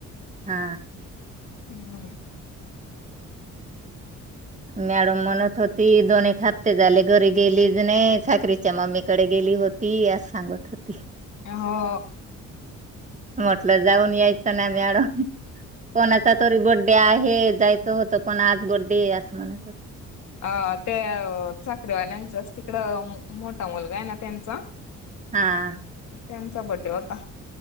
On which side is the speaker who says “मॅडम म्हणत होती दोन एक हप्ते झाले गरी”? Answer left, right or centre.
Right